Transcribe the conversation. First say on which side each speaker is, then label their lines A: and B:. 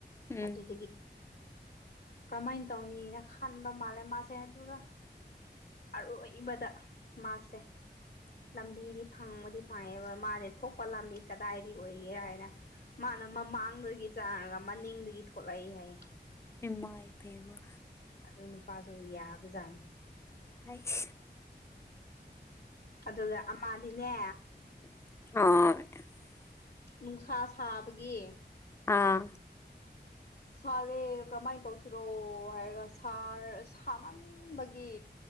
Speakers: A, on the left (about 15°); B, on the left (about 55°).
A: ꯎꯝ
B: ꯑꯗꯨꯗꯒꯤ꯫ ꯀꯔꯃꯥꯏꯅ ꯇꯧꯅꯤꯅ ꯈꯟꯕ ꯃꯥꯜꯂꯦ ꯃꯥꯁꯦ ꯑꯗꯨꯒ꯫ ꯑꯔꯣꯏꯕꯗ ꯃꯥꯁꯦ꯫ ꯂꯝꯕꯤꯗꯤ ꯐꯪꯕꯗꯤ ꯐꯪꯉꯦꯕ ꯃꯥꯁꯦ ꯊꯣꯛꯄ ꯂꯝꯕꯤ ꯀꯗꯥꯏꯗ ꯑꯣꯏꯒꯦꯔ ꯍꯥꯏꯅ ꯃꯥꯅ ꯃꯥꯡꯗꯒꯤ ꯆꯥꯔꯒ ꯃꯅꯤꯡꯗꯒꯤ ꯊꯣꯛꯂꯛꯏ ꯍꯥꯏꯌꯦ꯫
A: ꯏꯃꯥꯏ ꯄꯦꯝꯃ꯫
B: ꯑꯗꯨ ꯅꯨꯄꯥꯗꯣ ꯌꯥꯕꯖꯥꯠꯅꯤ꯫
A: ꯍꯥꯏꯁ꯫
B: ꯑꯗꯨꯒ ꯑꯃꯥꯗꯤꯅꯦ꯫
A: <unintelligible>
B: ꯅꯨꯡꯁꯥ ꯁꯥꯕꯒꯤ꯫
A: ꯑꯥ꯫
B: ꯁꯥꯔꯦ ꯀꯔꯝꯍꯥꯏꯅ ꯇꯧꯁꯤꯔꯣ ꯍꯥꯏꯔꯒ ꯁꯥꯔ ꯁꯥꯃꯟꯕꯒꯤ꯫